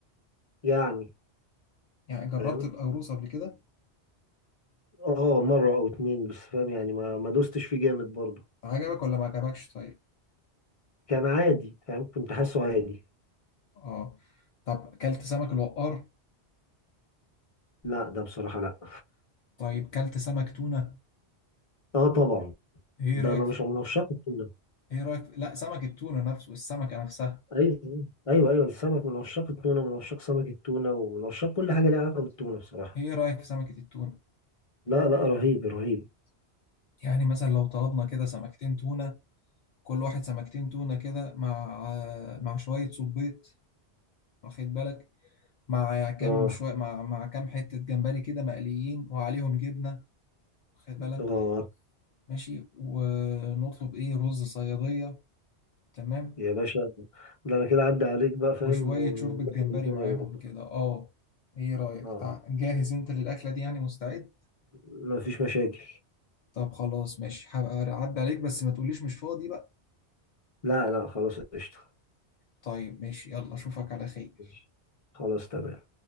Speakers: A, on the left; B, on the left.
A: يعني
B: يعني جربت
A: فاهم
B: القاروص قبل كده
A: اه مره او اتنين بس فاهم يعني ما ما دوستش فيه جامد برضه
B: عجبك ولا ما عجبكش طيب
A: كان عادي فاهم كنت حاسه عادي
B: اه طب كلت سمك الوقار
A: لا ده بصراحه لا
B: طيب كلت سمك تونة
A: اه طبعا
B: ايه
A: ده
B: رأيك
A: انا مش
B: في...
A: من عشاق التونه.
B: ايه رأيك في... لا سمك التونة نفسه السمكة نفسها
A: ايوه ايوه ايوه السمك من عشاق التونه ومن عشاق سمك التونه ومن عشاق كل حاجه ليها علاقه بالتونه بصراحه
B: ايه رأيك في سمكة التونة
A: لا لا رهيب رهيب
B: يعني مثلا لو طلبنا كده سمكتين تونة كل واحد سمكتين تونة كده مع مع شوية صبيط واخد بالك مع كام
A: اه
B: شوية مع مع كام حتة جمبري كده مقليين وعليهم جبنة واخد بالك
A: اه
B: ماشي ونطلب ايه رز صيادية تمام
A: يا باشا ده انا كده عدى عليك بقى فاهم
B: وشوية
A: ونخرب
B: شوربة جمبري
A: الدنيا
B: معاهم
A: بكره
B: كده اه ايه رأيك
A: اه
B: تع... جاهز انت للأكلة دي يعني مستعد
A: مفيش مشاكل
B: طب خلاص ماشي هبقى اعدي عليك بس ما تقوليش مش فاضي بقى
A: لا لا خلاص قشطه
B: طيب ماشي يلا اشوفك على خير
A: ماشي. خلاص تمام